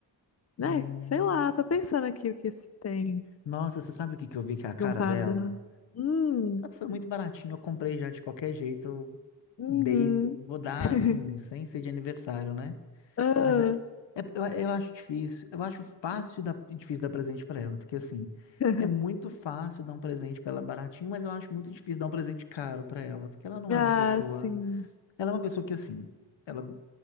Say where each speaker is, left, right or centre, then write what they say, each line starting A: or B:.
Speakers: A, on the left; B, on the left.
A: Né?
B: Hum.
A: Sei lá, tô pensando aqui o que se tem
B: Nossa, você sabe o que que eu vi que é a cara
A: de um padrão.
B: dela?
A: Hum,
B: Só que foi muito baratinho, eu comprei já de qualquer jeito. Eu
A: uhum.
B: dei, vou dar
A: <laughs>
B: assim, sem ser de aniversário, né?
A: Ah.
B: Mas é, é- eu, eu acho difícil, eu acho fácil dar, difícil dar presente pra ela, porque assim,
A: <laughs>
B: é muito fácil dar um presente pra ela baratinho, mas eu acho muito difícil dar um presente caro pra ela, porque ela não
A: Ah,
B: é uma pessoa,
A: sim.
B: ela é uma pessoa que assim, ela,